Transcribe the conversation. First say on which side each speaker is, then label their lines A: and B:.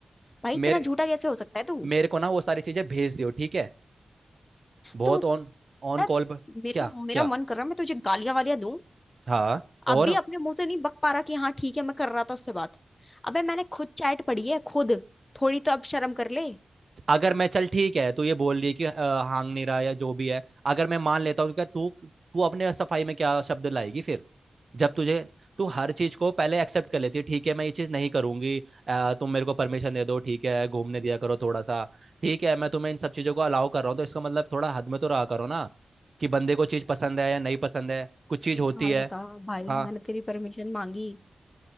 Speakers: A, on the left; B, on the right.
A: भाई
B: मेरे
A: तेरा झूठा कैसे हो सकता है तू
B: मेरे को ना वो सारी चीजें भेज दियो ठीक है बहुत
A: तू
B: ऑन ऑन
A: यार,
B: कॉल पर
A: मेरा
B: क्या क्या
A: मेरा मन कर रहा है मैं तुझे गालियां वालियां दूं
B: हाँ
A: अब
B: और
A: भी अपने मुंह से नहीं बक पा रहा कि हाँ ठीक है मैं कर रहा था उससे बात अबे मैंने खुद चैट पढ़ी है खुद थोड़ी तो अब शर्म कर ले
B: अगर मैं चल ठीक है तू ये बोल रही है कि अ, हांग नहीं रहा या जो भी है अगर मैं मान लेता हूँ क्या तू तू अपने सफाई में क्या शब्द लाएगी फिर जब तुझे तू हर चीज को पहले एक्सेप्ट कर लेती है ठीक है मैं ये चीज नहीं करूंगी अ, तुम मेरे को परमिशन दे दो ठीक है घूमने दिया करो थोड़ा सा ठीक है मैं तुम्हें इन सब चीजों को अलाउ कर रहा हूँ तो इसका मतलब थोड़ा हद में तो रहा करो ना कि बंदे को चीज पसंद है या नहीं पसंद है कुछ चीज
A: एक
B: होती
A: बात
B: है
A: बता भाई
B: हाँ
A: मैंने तेरी परमिशन मांगी